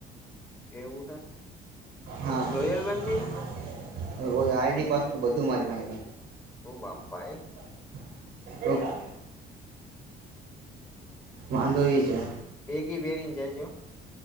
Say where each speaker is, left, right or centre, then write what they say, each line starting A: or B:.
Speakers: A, on the left; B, on the right.
A: એવું હે?
B: હા <unintelligible>
A: લોયલ બંદી હે
B: આઈડી પાસવર્ડ ને બધું મારી પાહે છે.
A: ઓ બાપ ભાઈ.
B: <inaudible> વાંધો ઈ છે.
A: બેગી પેરીને જજો.